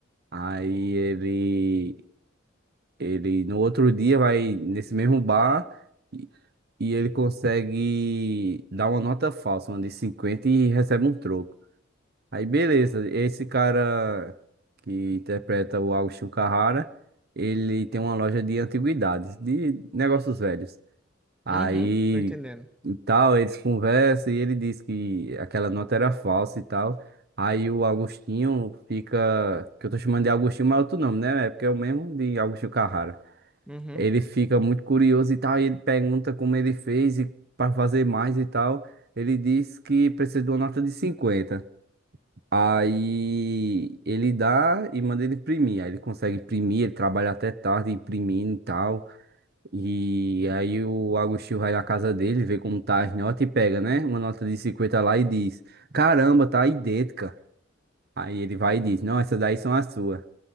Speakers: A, on the right (about 50°); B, in the centre.
A: Aí ele, ele no outro dia vai nesse mesmo bar e, e ele consegue dar uma nota falsa, uma de 50 e recebe um troco. Aí beleza,
B: hum.
A: esse cara que interpreta o Agostinho Carrara, ele tem uma loja de antiguidades, de negócios velhos. Aí
B: Uhum, tô entendendo.
A: e tal, eles conversam e ele diz que aquela nota era falsa e tal. Aí o Agostinho fica, que eu tô chamando de Agostinho, mas é outro nome, né? É porque é o mesmo de Agostinho Carrara.
B: Uhum.
A: Ele fica muito curioso e tal, e ele pergunta como ele fez e para fazer mais e tal. Ele diz que precisa de uma nota de cinquenta Aí ele dá e manda ele imprimir. Aí ele consegue imprimir, ele trabalha até tarde imprimindo e tal. E aí o Agostinho vai na casa dele, vê como tá as notas e pega, né? Uma nota de 50 lá e diz: Caramba, tá idêntica. Aí ele vai e diz: Não, essas daí são as suas.